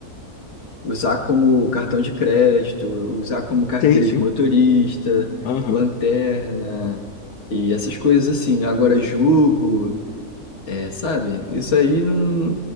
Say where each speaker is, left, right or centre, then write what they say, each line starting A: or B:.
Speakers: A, on the left (about 50°); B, on the left (about 80°).
A: usar como cartão de crédito, usar como carteira
B: Sim, sim.
A: de motorista,
B: Aham.
A: lanterna e essas coisas assim. Agora jogo, é, sabe? Isso aí não,